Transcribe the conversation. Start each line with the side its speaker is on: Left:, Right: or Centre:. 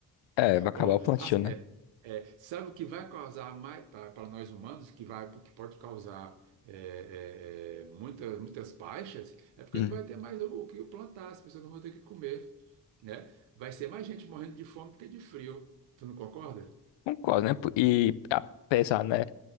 Left: é, vai acabar
Right: Ó,
Left: o plantio,
Right: as-
Left: né?
Right: é- é, sabe o que vai causar mais para nós humanos, que vai, que pode causar é, é, é, muitas, muitas baixas? É porque
Left: Uhum.
Right: não vai ter mais o, o que plantar, as pessoas não vão ter o que comer, né? Vai ser mais gente morrendo de fome do que de frio. Tu não concorda?
Left: Concordo, né? E apesar, né?